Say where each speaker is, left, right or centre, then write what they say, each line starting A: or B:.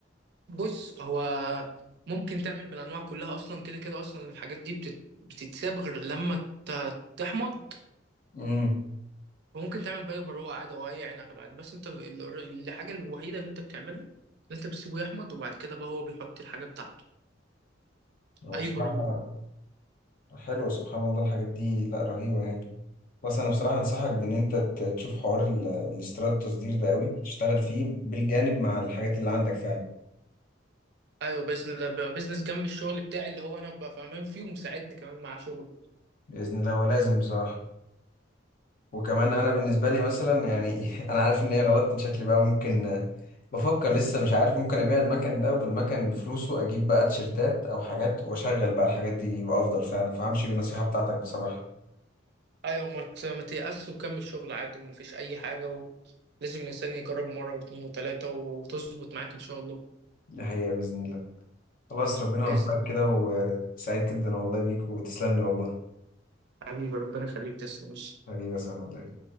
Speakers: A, on the right; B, on the left.
A: بص هو ممكن تعمل بالانواع كلها اصلا كده كده اصلا الحاجات دي بتت... بتتساب غير لما ت... تحمض
B: امم
A: وممكن تعمل بقى بروقه عادي او اي عنب عادي بس انت ال- الحاجه الوحيده اللي انت بتعملها ان انت بتسيبه يحمض وبعد كده بقى هو بيحط الحاجه بتاعته
B: هو
A: اي
B: بصراحه
A: بروق
B: حلو سبحان الله الحاجات دي لا رهيبة يعني بس أنا بصراحة أنصحك بإن أنت ت- تشوف حوار ال- الاستيراد التصدير ده قوي تشتغل فيه بالجانب مع الحاجات اللي عندك فعلا
A: ايوه بزنس بزنس جنب الشغل بتاعي اللي هو انا ببقى فاهمان فيه ومساعدني كمان مع شغل
B: بإذن الله هو لازم بصراحة وكمان أنا بالنسبة لي مثلا يعني <laughs> أنا عارف إن هي غلط إن شكلي بقى ممكن آه، بفكر لسه مش عارف ممكن أبيع المكن ده وبالمكن بفلوسه أجيب بقى تيشرتات أو حاجات وأشغل بقى الحاجات دي يبقى أفضل فعلا فهمشي بالنصيحة بتاعتك بصراحة
A: ايوه ما ت... ما تيأس وكمل شغل عادي ومفيش اي حاجه و... لازم الانسان يجرب مره واثنين وثلاثه وتظبط معاك ان شاء الله
B: دي حقيقة بإذن الله خلاص ربنا
A: باذن
B: يوفقك كده
A: الله
B: وسعيد جدا والله بيك وتسلم لي والله
A: حبيبي ربنا يخليك تسلم وش
B: حبيبي يا صاحبي والله